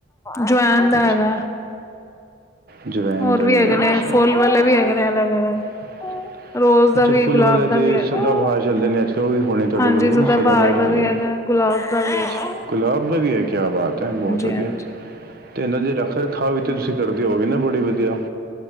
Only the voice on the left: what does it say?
ਜੁਵੈਨ ਦਾ
ਹੈਗਾ ਹੈ।
ਹੋਰ
ਵੀ ਹੈਗੇ
ਨੇ।
ਫੁੱਲ ਵਾਲੇ ਵੀ ਹੈਗੇ ਨੇ ਅਲੱਗ-ਅਲੱਗ।
ਰੋਜ਼ ਦਾ
ਵੀ,
ਗੁਲਾਬ
ਦਾ
ਵੀ ਹੈਗਾ।
ਹਾਂਜੀ
ਸਦਾਬਹਾਰ
ਦਾ
ਵੀ ਹੈਗਾ ਗੁਲਾਬ ਦਾ ਵੀ ਹੈਗਾ
ਹੈ।
ਹਾਂਜੀ